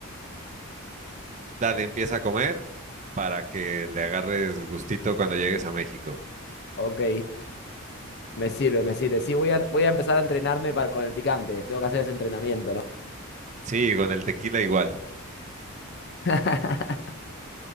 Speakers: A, on the right; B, on the left.
A: Dale, empieza a comer para que le agarres gustito cuando llegues a México.
B: Ok, me sirve, me sirve. Sí, voy a, voy a empezar a entrenarme para, con el picante, tengo que hacer ese entrenamiento, ¿no?
A: Sí, con el tequila igual.
B: <laughs>